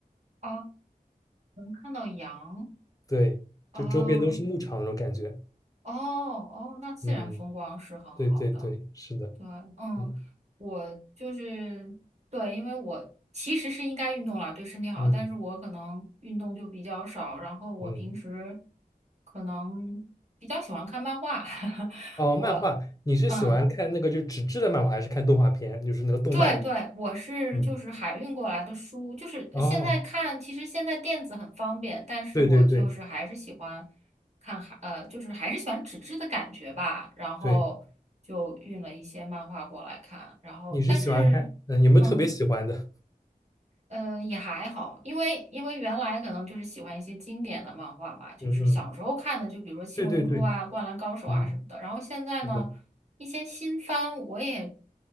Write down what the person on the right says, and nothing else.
啊，能看到羊
啊，
哦哦，那自然风光是很好的。
对，嗯，
我就是对，因为我其实是应该运动啦，对身体好，
但是我可能运动就比较少，然后我平时
可能比较喜欢看漫画，<laughs>
我。
嗯。
对对，我是就是海运过来的书，
就是现在看，
其实现在电子很方便，但是我就是还是喜欢
看海，呃，就是还是喜欢纸质的感觉吧。然后就运了一些漫画过来看，
然后但是，
嗯。嗯，也还好，因为因为原来可能就是喜欢一些经典的漫画嘛，就是小时候看的，
就比如说《七龙珠》啊、
《灌篮高手》啊什么的。
然后现在呢，
一些新番我也